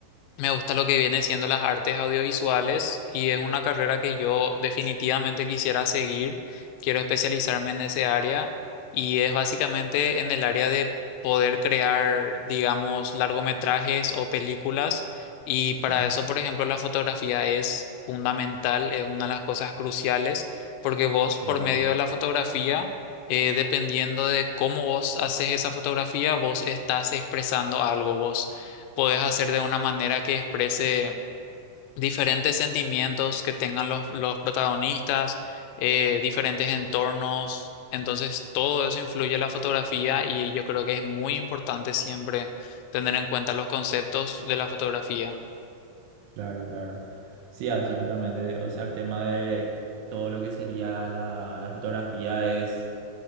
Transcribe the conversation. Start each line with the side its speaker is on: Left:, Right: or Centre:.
Left: me gusta lo que viene siendo las artes audiovisuales y es una carrera que yo definitivamente quisiera seguir. Quiero especializarme en ese área y es básicamente en el área de poder crear, digamos, largometrajes o películas. Y para
Right: Mm,
Left: eso, por ejemplo, la fotografía es fundamental, es una de las cosas cruciales, porque vos,
Right: Claro,
Left: por medio de la fotografía, eh, dependiendo de cómo vos haces esa fotografía, vos estás expresando algo, vos podés hacer de una manera que exprese diferentes sentimientos que tengan los, los protagonistas, eh, diferentes entornos. Entonces, todo eso influye en la fotografía y yo creo que es muy importante siempre tener en cuenta los conceptos de la fotografía.
Right: claro, claro. Sí, absolutamente. O sea, el tema de todo lo que sería la, la fotografía es